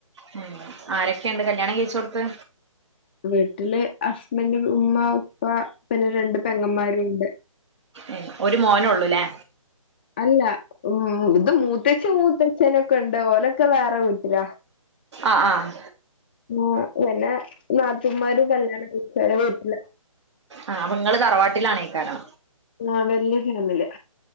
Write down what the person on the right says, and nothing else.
ഉം ആരൊക്കെയുണ്ട് കല്യാണം കഴിച്ചോടുത്ത്‌
ഉം ഒരു മോനേ ഉള്ളൂല്ലേ
ആഹ് ആഹ്
ആഹ് അപ്പൊ ഇങ്ങള് തറവാട്ടിലാണീക്കാണോ